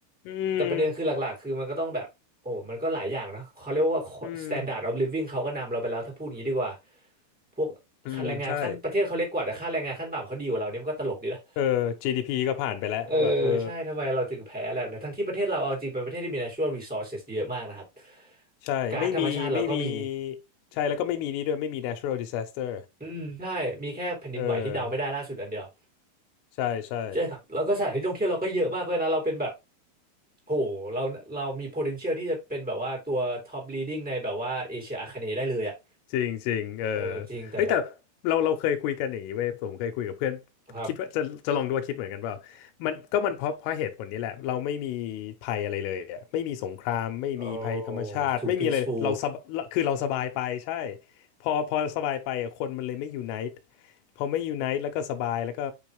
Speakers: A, on the left (about 80°); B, in the centre.
A: อืม
B: แต่ประเด็นคือหลักๆคือมันก็ต้องแบบโอ้มันก็หลายอย่างนะเขาเรียกว่า
A: อืม
B: standard of living เขาก็นำเราไปแล้วถ้าพูดอย่างนี้ดีกว่าพวกค่าแรงงานขั้นประเทศเขาเล็กกว่าแต่ค่าแรงงานขั้นต่ำเขาดีกว่าเราเนี่ยมันก็ตลกดีนะ
A: อืมใช่เออ GDP ก็ผ่านไปแล้วแบบเออ
B: <laughs> เออใช่ทำไมเราถึงแพ้อะไรแบบนี้ทั้งที่ประเทศเราเอาจริงเป็นประเทศที่มี natural resources เยอะมากนะครับ
A: ใช่ไม่มีไม่มี
B: ก๊าซธรรมชาติเราก็มี
A: ใช่แล้วก็ไม่มีนี่ด้วยไม่มี natural disaster
B: อืมใช่มีแค่แผ่นดินไหวที่เดาไม่ได้ล่าสุดอันเดียว
A: เออใช่ใช่
B: ใช่ครับแล้วก็สถานที่ท่องเที่ยวเราก็เยอะมากเลยนะเราเป็นแบบ โหเราเรามี potential ที่จะเป็นแบบว่าตัว top leading ในแบบว่าเอเชียอาคเนย์ได้เลยอ่ะ
A: จริงจริงเออเฮ้ยแต่
B: เออจริงแต่แบบ
A: เราเราเคยคุยกันอย่างนี้เว้ยผมเคยคุยกับเพื่อน
B: ครับ
A: คิดว่าจะจะลองดูว่าคิดเหมือนกันเปล่ามันก็มันเพราะเพราะเหตุผลนี้แหละเราไม่มีภัยอะไรเลยอะไม่มีสงครามไม่มีภัยธรรมชาติไม่มีอะไรเลยเราสบคือเราสบายไปใช่
B: โอ้ too peaceful
A: พอพอสบายไปอะคนมันเลยไม่ยูไนต์ พอไม่ยูไนต์แล้วก็สบายแล้วก็